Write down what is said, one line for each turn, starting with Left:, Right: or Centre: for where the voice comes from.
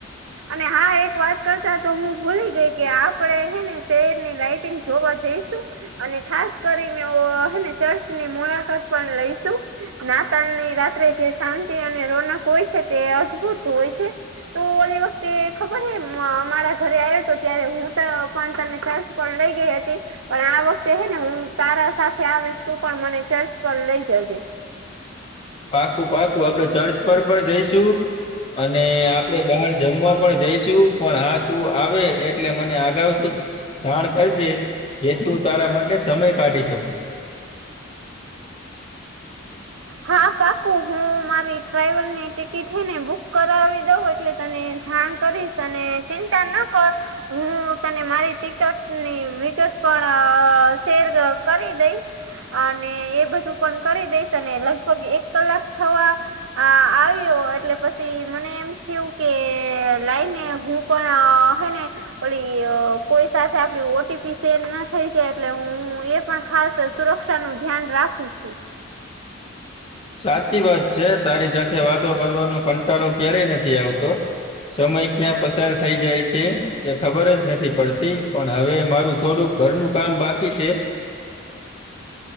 Right: અને હા એક વાત કરતા તો હું ભૂલી ગઈ કે આપણેે હેને શહેરની લાઈટિંગ જોવા જઈશું? અને ખાસ કરીને હેને ચર્ચની મુલાકાત પણ લઈસુ નાતાલની રાત્રે જે શાંતિ અને રોનક હોય છે તે અદભુત હોય છે. તું ઓલી વખ તે ખબર હે અમ અમારા ઘરે આયો તો ત્યારે હું ત પણ તને ચર્ચ પર લઈ ગઈ હતી. પણ આ વખતે હે ને હું તારા સાથે આવીશ તું પણ મને ચર્ચ પણ લઈ જજે
Left: પાકું પાકું આપડ ચર્ચ પર પણ જઈશું. અને આપડે બહાર જમવા પણ જઈશું પણ હા તું આવે એટલે મને અગાઉથી જ જાણ કરજે જેથી હું તારા માટે સમય કાઢી શકું
Right: હા પાકુ હું મારી ટ્રાવેલ ની ટિકિટ હ ને બુક કરાવી દઉં એટલે તને જાણ કરીશ અને ચિંતા ન કર હું તને મારી ટિકટની વિગત પણ શેર કરી દઈશ અને એ બધું પણ કરી દઈશ અને લગભગ એક કલાક થવા અ આવ્યો એટલે પછી મને એમ થયું કે લાઈને હું પણ હને પલી કોઈ સાથે આપડી ઓટીપી સેડ ના થઈ છે એટલે હું એ પણ ખાસ સુરક્ષ ા નું ધ્યાન રાખું છું.
Left: સાચી વાત છે તારી સાથે વાતો કરવાનો કંટાળો ક્યારેય નથી આવતો સમય ક્યાં પસાર થઈ જાય છે. એ ખબર જ નથી પડતી પણ હવે મારું થોડુંક ઘરનું કામ બાકી છે.